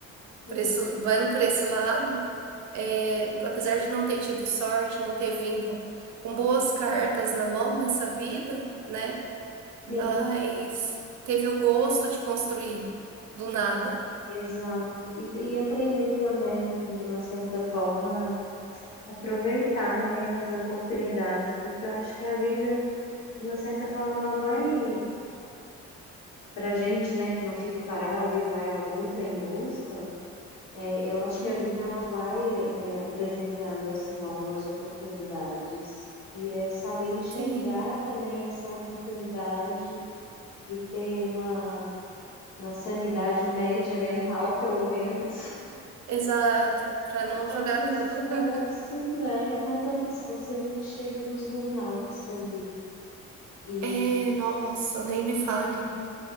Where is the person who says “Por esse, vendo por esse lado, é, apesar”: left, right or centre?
Right